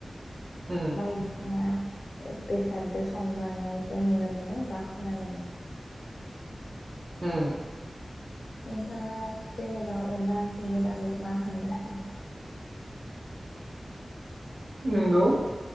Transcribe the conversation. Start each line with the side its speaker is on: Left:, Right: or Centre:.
Right: उम
Left: बायदिसिना बेसादजों संजानायखौ नुनो मोनो बा खोनानो मोनो
Right: उम
Left: नोंथाङा जेनेबा अनला ओंख्रिनि बागै मा होननो सानो
Right: नंगौ